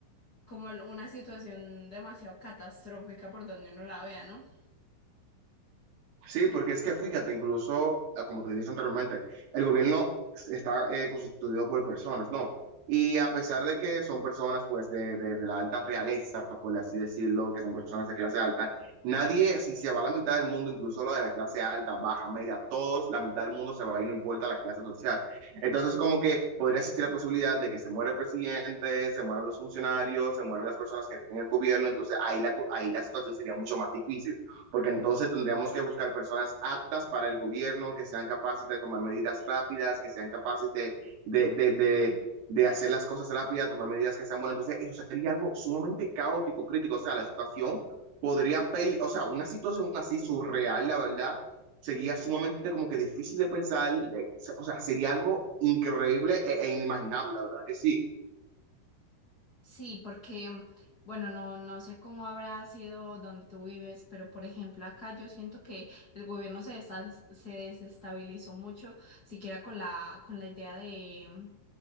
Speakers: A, on the left; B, on the right.
A: como una situación demasiado catastrófica por donde uno la vea, ¿no?
B: Sí, porque es que fíjate, incluso, ah, como tú dijiste anteriormente, el gobierno es- está eh, constituido por personas, ¿no? Y a pesar de que son personas, pues, de, de- de la alta realeza, por así decirlo, que son personas de clase alta, nadie, si se va la mitad del mundo, incluso lo de la clase alta, baja, media, todos, la mitad del mundo se va a ir, no importa la clase social. Entonces, como que podría existir la posibilidad de que se muera el presidente, se mueran los funcionarios, se mueran las personas que rigen el gobierno, entonces ahí la, cu- ahí la situación sería mucho más difícil porque entonces tendríamos que buscar personas aptas para el gobierno, que sean capaces de tomar medidas rápidas, que sean capaces de, de, de, de, de hacer las cosas rápidas, tomar medidas que sean buenas. Entonces, eso sería algo sumamente caótico, crítico. O sea, la situación podría, pele- o sea, una situación así surreal, la verdad, sería sumamente como que difícil de pensar. eh, O sea, sería algo increíble e, e inimaginable, la verdad que sí.
A: Sí, porque, mm, bueno, no, no sé cómo habrá sido donde tú vives, pero por ejemplo, acá yo siento que el gobierno se, desas- se desestabilizó mucho, siquiera con la, con la idea de, mm,